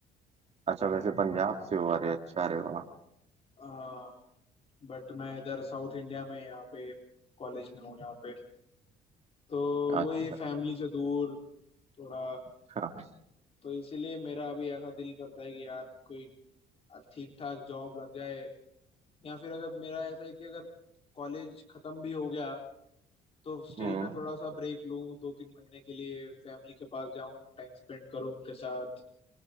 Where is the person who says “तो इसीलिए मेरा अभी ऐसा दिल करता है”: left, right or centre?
Left